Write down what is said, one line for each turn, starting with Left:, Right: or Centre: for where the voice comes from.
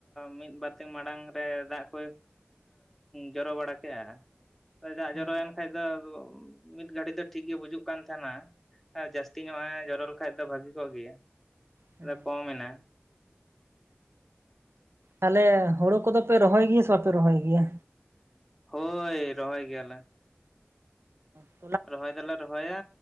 Centre: ᱢᱤᱫ ᱵᱟᱨᱛᱮ ᱢᱟᱲᱟᱝ ᱨᱮ ᱫᱟᱜ ᱠᱚᱭ ᱡᱚᱨᱚ ᱵᱟᱲᱟ ᱠᱮᱜᱼᱟ᱾ ᱟᱫᱚ ᱫᱟᱜ
Right: ᱦᱩᱸ
Centre: ᱡᱚᱨᱚᱭᱮᱱ ᱠᱷᱟᱡ ᱫᱚ ᱢᱤᱫ ᱜᱷᱟᱹᱲᱤᱠ ᱫᱚ ᱴᱷᱤᱠ ᱜᱮ ᱵᱩᱡᱩᱜ ᱠᱟᱱ ᱛᱟᱦᱮᱱᱟ᱾ ᱟᱨ ᱡᱟᱹᱥᱛᱤ ᱧᱚᱜ ᱮ ᱡᱚᱨᱚ ᱞᱮᱠᱷᱟᱡ ᱫᱚ ᱵᱷᱟᱹᱜᱤ ᱠᱚᱜ ᱜᱮᱭᱟ
Right: ᱦᱩᱸ
Centre: ᱟᱫᱚ ᱠᱚᱢ ᱮᱱᱟ᱾
Right: ᱛᱟᱦᱚᱞᱮ ᱦᱳᱲᱳ ᱠᱚᱫᱚᱯᱮ ᱨᱚᱦᱚᱭ ᱜᱮᱭᱟ ᱥᱮ ᱵᱟᱯᱮ ᱨᱚᱦᱚᱭ ᱜᱮᱭᱟ
Centre: ᱦᱚᱭ ᱨᱚᱦᱚᱭ ᱜᱮᱭᱟᱞᱮ᱾
Right: ᱚᱸ
Centre: ᱨᱚᱦᱚᱭ ᱫᱚᱞᱮ ᱨᱚᱦᱚᱭᱟ